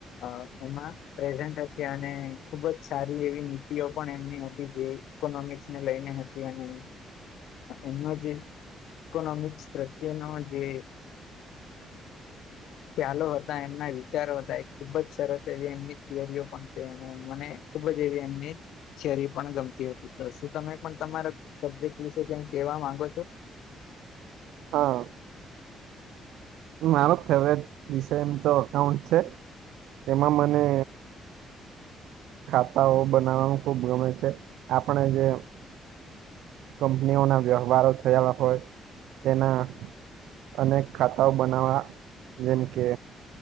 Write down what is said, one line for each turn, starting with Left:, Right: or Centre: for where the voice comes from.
Left: અ એમાં પ્રેઝન્ટ હતી અને ખુબ જ સારી એવી નીતિઓ પણ એમની હતી જઈ ઇકોનોમિક્સ ને લઈને હતી અને એમનો જે ઇકોનોમિક્સ પ્રત્યેનો જે ચાલ એમના વિચારો થાય ખુબ જ સરસ એવી એમની થિયરીઓ પણ છે અને મને ખુબ જ એવી એમની ચરી પણ ગમતી હતી તો શું તમે પણ તમારા સબ્જેક્ટ વિશે કઈ કહેવા માંગો છો
Right: હા મારો ફેવરેટ વિષય એમ તો અકાઉન્ટ છે એમાં મને ખાતાઓ બનાવવાનું ખુબ ગમે છે આપણે જે કંપનીઓના વ્યવહારો થયા હોય તેના અનેક ખાતાઓ બનાવવાના જેમ કે